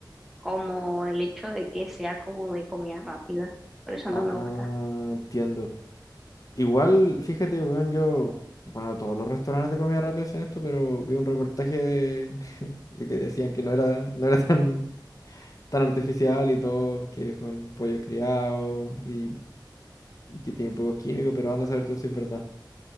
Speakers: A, in the centre; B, on the left (about 45°).
A: como el hecho de que sea como de comida rápida, por eso
B: Ah,
A: no me
B: ah,
A: gusta.
B: entiendo. Igual, fíjate, weón, yo. Bueno, todos los restaurantes de comida rápida hacen esto, pero vi un reportaje de, <laughs> de que decían que no era, no era tan, tan artificial y todo, que son pollos criados y, y que tienen pocos químicos, pero anda a saber tú si es verdad.